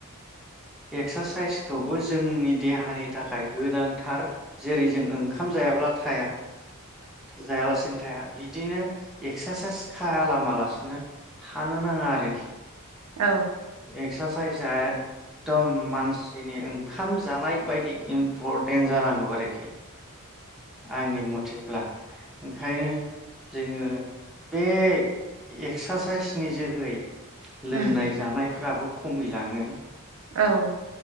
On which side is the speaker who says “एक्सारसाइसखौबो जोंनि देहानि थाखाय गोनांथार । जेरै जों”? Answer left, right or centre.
Centre